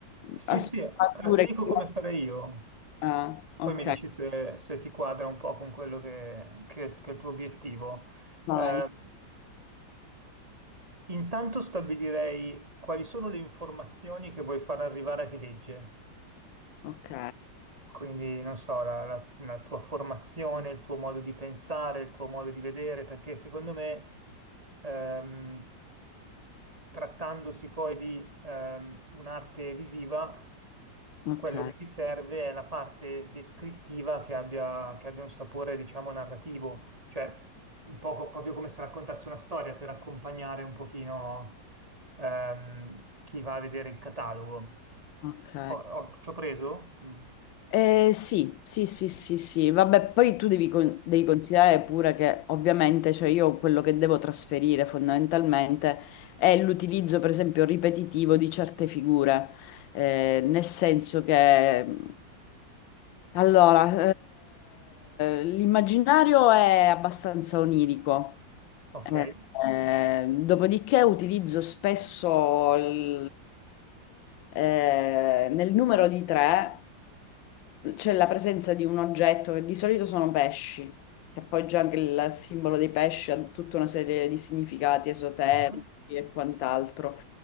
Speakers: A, on the right; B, on the left.
A: sì,
B: a
A: sì.
B: sfumature.
A: Allora, ti dico
B: che-
A: come farei io.
B: Ah,
A: Poi
B: ok,
A: mi dici se, se ti quadra un po' con quello che, che- che è il tuo obiettivo.
B: vai,
A: Eh, intanto stabilirei quali sono le informazioni che vuoi far arrivare a chi legge.
B: ok,
A: Quindi, non so, la, la- la tua formazione, il tuo modo di pensare, il tuo modo di vedere, perché secondo me, ehm, trattandosi poi di ehm, un'arte visiva,
B: ok,
A: quello che ti serve è la parte descrittiva che abbia, che abbia un sapore, diciamo, narrativo, cioè un po' co- proprio come se raccontassi una storia per accompagnare un pochino ehm, chi va a vedere il catalogo.
B: ok.
A: Ho- ho- ci ho preso? Mm,
B: Eh, sì, sì, sì, sì, sì, vabbè, poi tu devi, con- devi considerare pure che ovviamente, cioè io quello che devo trasferire fondamentalmente è l'utilizzo, per esempio, ripetitivo di certe figure, Eh, nel senso che, mh, allora, eh, l'immaginario è abbastanza onirico.
A: Ok.
B: Eh, eh, dopodiché utilizzo spesso eh, nel numero di tre c'è la presenza di un oggetto che di solito sono pesci, che poi già anche il simbolo dei pesci ha tutta una serie di significati esoterici
A: Ah,
B: e quant'altro.